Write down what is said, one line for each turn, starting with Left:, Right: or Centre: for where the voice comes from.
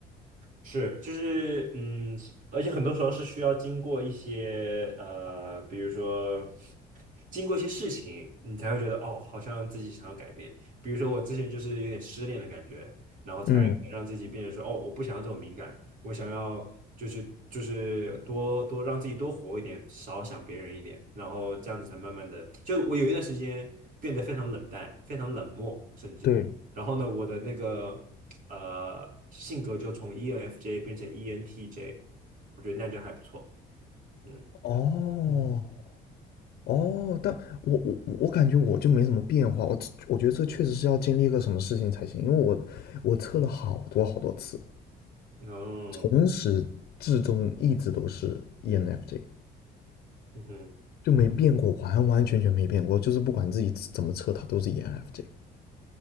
Right: 是，就是嗯，而且很多时候是需要经过一些呃，比如说经过一些事情，你才会觉得哦，好像自己想要改变。比如说我之前就是有点失恋的感觉，然后才才让自己变成说哦，
Left: 嗯，
Right: 我不想要这种敏感，我想要就是就是多多让自己多活一点，少想别人一点，然后这样子才慢慢的，就我有一段时间变得非常冷淡，非常冷漠，甚至。
Left: 对，
Right: 然后呢，我的那个呃性格就从 ENFJ 变成 ENTJ，我觉得那就还不错。嗯，
Left: 哦
Right: 嗯，
Left: 哦，但我我我感觉我就没什么变化，我我觉得这确实是要经历一个什么事情才行，因为我我测了好多好多次，
Right: 哦，
Left: 从始至终一直都是 ENFJ，
Right: 嗯哼。
Left: 就没变过，完完全全没变过，就是不管自己怎么测，它都是 ENFJ。